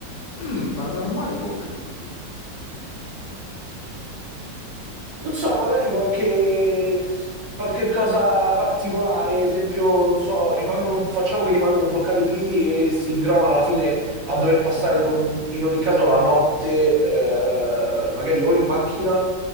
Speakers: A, on the left; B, on the right.
A: Mm, paranormale come?
B: Non so, magari qualche, qualche cosa particolare, esempio, non so, rimangono, facciamo che rimangono bloccate lì e si ritrovano alla fine a dover passare
A: <clears throat>
B: in, on- in ogni caso la notte, eh, magari o in macchina